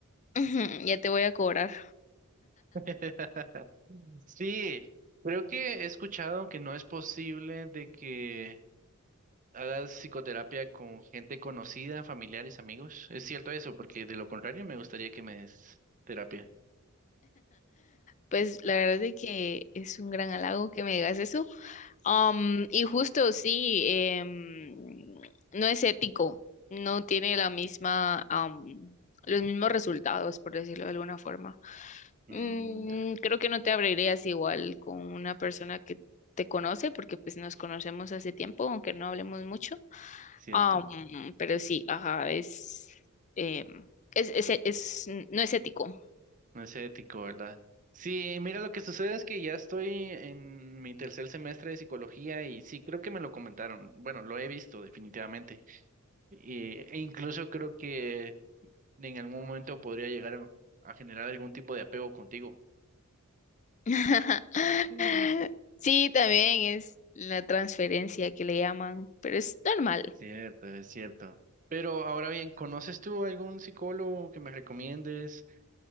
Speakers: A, on the left; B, on the right.
A: <laughs> Ujú, Ya te voy a cobrar.
B: <laughs> Sí, creo que he escuchado que no es posible de que hagas psicoterapia con gente conocida, familiares, amigos. ¿Es cierto eso? Porque de lo contrario me gustaría que me des terapia.
A: Pues la verdad es de que es un gran halago que me digas eso. Am, y justo sí, em, no es ético, no tiene la misma, am, los mismos resultados, por decirlo de alguna forma.
B: Mm,
A: Mm,
B: ya.
A: creo que no te abrirías igual con una persona que te conoce, porque pues nos conocemos hace tiempo, aunque no hablemos mucho.
B: Cierto,
A: Am, pero sí, ajá, es, em, es, es, es- no es ético.
B: no es ético, ¿verdad? Sí, mira, lo que sucede es que ya estoy en mi tercer semestre de psicología y sí, creo que me lo comentaron. Bueno, lo he visto definitivamente. Y- e incluso creo que en algún momento podría llegar a a generar algún tipo de apego contigo.
A: <laughs>
B: Mm.
A: Sí, también es la transferencia que le llaman, pero es normal.
B: Cierto, es cierto. Pero ahora bien, ¿conoces tú algún psicólogo que me recomiendes?